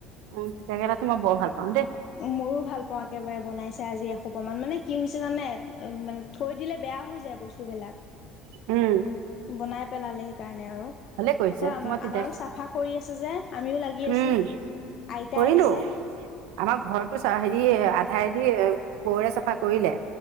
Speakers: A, on the right; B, on the left.
A: উম তিতাকেৰেলাটো মই বৰ ভাল পাওঁ দেই
B: ময়ো ভাল পাওঁ একেবাৰে বনাইছে আজি এহোপা মান মানে কি হৈছে জানে মানে থৈ দিলে। বেয়া হৈ যায় বস্তুবিলাক
A: উম
B: বনাই পেলালে সেইকাৰণে আৰু
A: ভালে কৰিছে
B: আকৌ আমাৰ
A: মই তিতা
B: আমাৰো চাফা কৰি আছে যে আমিও লাগি আছো।
A: উম
B: আইতা
A: কৰিলো
B: আহিছে।
A: আমাৰ ঘৰতো চা হেৰি আধাৰেদি বৌৰে চ- ফা কৰিলে